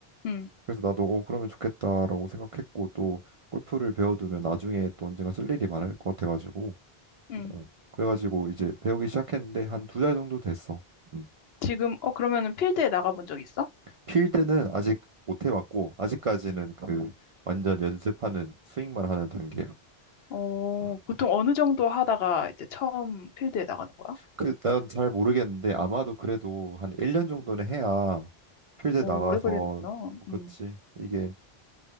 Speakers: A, on the left; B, on the right.
A: 음,
B: 그래서 나도 어, 그러면 좋겠다라고 생각했고 또 골프를 배워두면 나중에 또 언젠가 쓸 일이 많을 것 같아가지고
A: 음.
B: 어, 그래가지고 이제 배우기 시작했는데 한 두 달 정도 됐어. 음.
A: 지금, 어, 그러면은 필드에 나가본 적 있어?
B: 필드는 아직 못 해봤고 아직까지는
A: 음.
B: 그 어. 완전 연습하는 스윙만 하는 단계야.
A: 어,
B: 음.
A: 보통 어느 정도 하다가 이제 처음 필드에 나가는 거야?
B: 그난 잘 모르겠는데 아마도 그래도 한 1년 정도는 해야 필드
A: 오,
B: 나가서
A: 오래 걸리는구나.
B: 뭐 그렇지.
A: 음,
B: 이게